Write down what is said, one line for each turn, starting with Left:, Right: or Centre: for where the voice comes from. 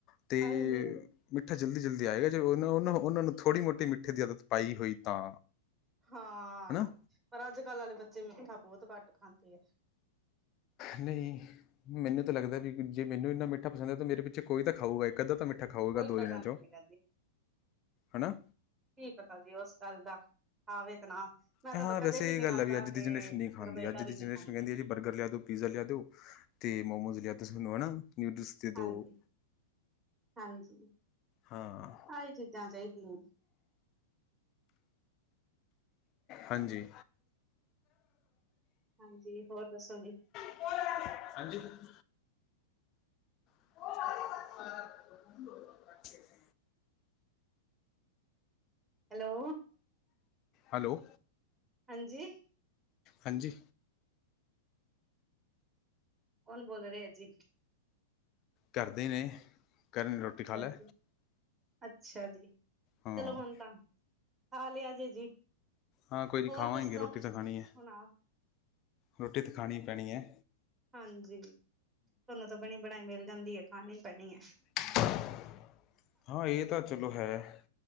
Left: ਤੇ
Right: ਹਾਂਜੀ।
Left: ਮਿੱਠਾ ਜਲਦੀ-ਜਲਦੀ ਆਏਗਾ, ਜੇ ਓਨ, ਓਨ, ਓਨਾਂ ਨੂੰ ਥੂ ਥੋੜੀ ਮੋਟੀ ਮਿੱਠੇ ਦੀ ਆਦਤ ਪਾਈ ਹੋਈ ਤਾਂ।
Right: ਹਾਂ,
Left: ਹਨਾ
Right: ਪਰ ਆੱਜ-ਕੱਲ ਆਲੇ ਬੱਚੇ ਮਿੱਠਾ ਬੋਤ ਘਾੱਟ ਖਾਂਦੇ ਐ।
Left: ਨਹੀ ਮੈਨੂੰ ਤਾ ਲੱਗਦੈ ਵੀ ਜੇ ਮੈਨੂੰ ਇੰਨਾ ਮਿੱਠਾ ਪਸੰਦ ਐ, ਤਾ ਮੇਰੇ ਪਿੱਛੇ ਕੋਈ ਤਾਂ ਖਾਊਗਾ, ਇੱਕ-ਅੱਧਾ ਤਾਂ ਮਿੱਟ ਮਿੱਠਾ ਖਾਉਗਾ
Right: ਕੋਈ
Left: ਦੋ
Right: ਪਤਾ
Left: ਜਣੇਆਂ ਚੋਂ,
Right: ਨੀ ਹੈਗਾ ਜੀ
Left: ਹਣਾ।
Right: ਕੀ ਪਤਾ ਜੀ ਓਸ ਗਾੱਲ ਦਾ, ਖਾਵੇ ਤੇ ਨਾ। ਮੈਂ
Left: ਹਾਂ
Right: ਤਾਂ ਕਦੇ
Left: ਵੈਸੇ ਏ
Right: ਨੀ
Left: ਗੱਲ
Right: ਖਾਂਦਾ
Left: ਐ ਵੀ ਆੱਜ ਦੀ
Right: ਤੇ
Left: ਜਨਰੇਸ਼ਨ ਨਹੀਂ ਖਾਂਦੀ,
Right: ਮੇਰਾ ਬੇਟਾ
Left: ਆੱਜ ਦੀ
Right: ਵੀ
Left: ਜਨਰੇਸ਼ਨ
Right: ਨੀ ਖਾਂਦਾ
Left: ਕੈਂਦੀ ਏ ਜੀ, ਬਰਗਰ ਲੇਆ ਦੋ ਪੀਜ਼ਾ ਲੇਆ ਦੋ, ਤੇ ਮੋਮੋਜ਼ ਲੇਆ ਦੋ ਸਾਨੂੰ ਹਨਾ, ਨਿਊਡਲਸ ਦੇ
Right: ਹਾਂਜੀ-ਹਾਂਜੀ
Left: ਦਿਓ ਹਾਂ
Right: ਐ ਚੀਜਾਂ ਚਾਈਦੀਆਂ ਨੇ।
Left: ਹਾਂਜੀ।
Right: ਹਾਂਜੀ, ਹੋਰ ਦੱਸੋਗੇ
Left: <inaudible> <inaudible>
Right: ਹੈਲੋ।
Left: ਹੈਲੋ।
Right: ਹਾਂਜੀ।
Left: ਹਾਂਜੀ।
Right: ਕੌਨ ਬੋਲ ਰੇ ਓ ਜੀ?
Left: ਘਾੱਰ ਦੇ ਨੇ। ਕਰਨ ਰੋਟੀ
Right: ਅੱਛਾ
Left: ਖਾ ਲੈ
Right: ਜੀ, ਅੱਛਾ ਜੀ
Left: ਹਾਂ
Right: ਚਲੋ ਹੁਨ ਤਾਂ ਖਾ ਲੇਆ ਜੇ ਜੀ।
Left: ਹਾਂ ਕੋਈ ਨੀ
Right: ਹੋਰ
Left: ਖਾਵਾਂਗੇ,
Right: ਦੱਸੋ
Left: ਰੋਟੀ ਤਾਂ ਖਾਨੀ ਏ,
Right: ਸੁਣਾ
Left: ਰੋਟੀ ਤੇ ਖਾਨੀ ਪੈਣੀ ਏ।
Right: ਹਾਂਜੀ, ਤੂਆਨੂੰ ਤਾ ਬਨੀ ਬਣਾਈ ਮਿਲ ਜਾਂਦੀ ਏ, ਖਾਣੀ ਪੈਣੀ ਏ।
Left: <inaudible> ਹਾਂ ਏ ਤਾਂ ਚਲੋ ਹੈ,